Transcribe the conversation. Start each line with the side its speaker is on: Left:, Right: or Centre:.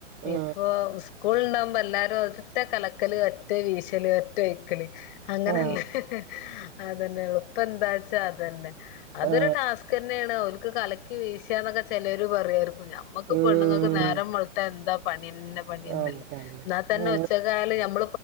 Right: ആ
Left: ഇ സ്കൂ ്പ എല്ലരും ഒറ്റ കലക്കല് ഒറ്റേ വീശല് ഒറ്റ ഒഴക്കല് അങ്ങനല്ലേ
Right: ആ
Left: അതന്നെ എളപ്പ എന്താച്ചാ അതന്നെ അതൊരു
Right: ആ
Left: ടാസ്ക് തന്നെയാണ് അവക്ക് കലക്കി വീശന്നൊക്കെ ചിലര് പറയാ ഞമ്മക്ക്ി
Right: ഉം
Left: പെണ്ുങ്ങൾക്ക് നേരം വളത്ത എന്താ ന്നെ പണിന്നല്ലേ
Right: അതന്നെ
Left: എന്നാൽ തന്നെ
Right: ആ
Left: ഉച്ചകാല നമ്മ